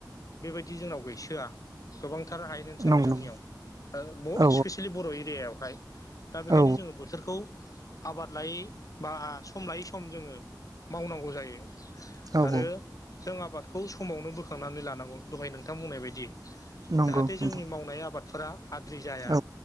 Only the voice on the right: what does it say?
नंगौ
नंगौ
औ
औ
औ
नंगौ
नोंथां
औ